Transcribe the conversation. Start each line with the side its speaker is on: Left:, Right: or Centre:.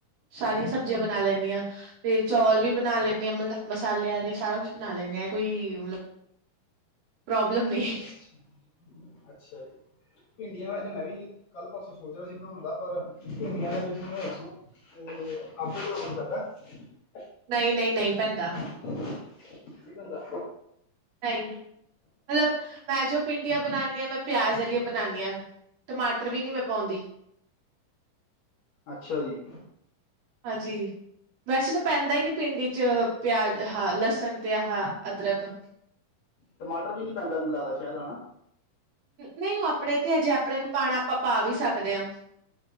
Right: ਸਾਰੀਆਂ ਸਬਜ਼ੀਆਂ ਬਨਾ ਲੈਂਨੀ ਆਂ। ਤੇ ਚੌਲ ਵੀ ਬਨਾ ਲੈਂਨੀ ਆਂ ਮ ਬ ਮਸਾਲੇ ਆਲੇ ਸਾਰਾ ਕੁਸ਼ ਬਣਾ ਲੈਂਨੀ ਐਂ ਕੋਈ ਮਤਲਬ। ਪ੍ਰੌਬਲਮ ਨਈਂ।
Left: ਅੱਛਾ ਅੱਛਾ, ਭਿੰਡੀਆਂ ਵਾਸਤੇ ਮੈਂ ਵੀ। ਕੱਲ੍ਹ-ਪਰਸੋਂ ਸੋਚ ਰਿਹਾ ਸੀ ਬਣਾਉਣ ਦਾ। ਪਰ ਭਿੰਡੀਆਂ ਦੇ ਵਿੱਚ ਮੈਨੂੰ ਇਹ ਦੱਸੋ। ਉਹ ਅਦਰਕ ਲਸਨ ਪੈਂਦਾ ਐ?
Right: ਨਈ ਨਈ ਨਈ ਪੈਂਦਾ।
Left: ਨਹੀਂ ਪੈਂਦਾ?
Right: ਨਹੀਂ, ਮਤਲਬ ਮੈਂ ਜੋ ਭਿੰਡੀਆਂ ਬਣਾਨੀ ਆ, ਮੈਂ ਪਿਆਜ ਵਾਲੀਆਂ, ਬਣਾਨੀ ਆ। ਟਮਾਟਰ ਵੀ ਨੀ ਮੈਂ ਪਾਉਂਦੀ।
Left: ਅੱਛਾ ਜੀ।
Right: ਹਾਂਜੀ ਵੈਸੇ ਤਾਂ ਪੈਂਦਾ ਹੀ ਨੀ ਭਿੰਡੀ ਚ ਪਿਆਜ। ਹਾਂ, ਲਸਣ ਤੇ ਹਾਂ ਅਦਰਕ।
Left: ਟਮਾਟਰ ਵੀ ਨੀ ਪੈਂਦਾ ਮੈਨੂੰ ਲਗਦਾ ਸ਼ਾਇਦ ਹਨਾ।
Right: ਨਹੀਂ ਉਹ ਆਪਣੇ ਤੇ, ਅਜੇ ਆਪਣੇ ਨੂੰ ਪਾਣਾ ਆਪਾਂ ਪਾ ਵੀ ਸਕਦੇ ਹਾਂ?